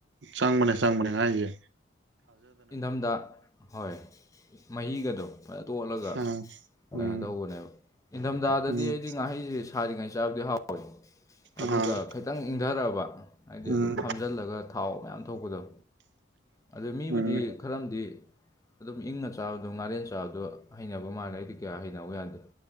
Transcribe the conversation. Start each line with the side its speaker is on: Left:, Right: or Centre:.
Right: ꯆꯪꯕꯅꯦ ꯆꯪꯕꯅꯦ ꯉꯥꯍꯩꯁꯦ
Left: ꯏꯟꯊꯝ ꯊꯥ ꯍꯣꯏ ꯃꯍꯤꯒꯗꯣ ꯐꯖꯅ ꯇꯣꯠꯂꯒ
Right: ꯑꯥ
Left: ꯀꯩꯅꯣ
Right: ꯎꯝ
Left: ꯇꯧꯕꯅꯦꯕ ꯏꯪꯊꯝꯊꯥꯗꯗꯤ
Right: ꯎꯝ
Left: ꯑꯩꯗꯤ ꯉꯥꯍꯩꯁꯦ ꯁꯥꯔꯤꯉꯩ ꯆꯥꯕꯗꯤ ꯍꯥꯎꯋꯦ ꯑꯗꯨꯒ
Right: ꯑꯥ
Left: ꯈꯤꯇꯪ ꯏꯪꯊꯔꯛꯑꯕ ꯍꯥꯏꯗꯤ
Right: ꯎꯝ
Left: ꯑꯗꯨꯝ ꯐꯝꯖꯜꯂꯒ ꯊꯥꯎ ꯃꯌꯥꯝ ꯊꯣꯛꯄꯗꯣ ꯑꯗ ꯃꯤꯕꯨꯗꯤ
Right: ꯎꯝ
Left: ꯈꯔ ꯑꯃꯗꯤ ꯑꯗꯨꯝ ꯏꯪꯅ ꯆꯥꯕꯗꯣ ꯉꯥꯔꯦꯟ ꯆꯥꯕꯗꯣ ꯍꯩꯅꯕ ꯃꯥꯜꯂꯦ ꯑꯩꯗꯤ ꯀꯌꯥ ꯍꯩ ꯍꯩꯅꯧ ꯌꯥꯗꯦ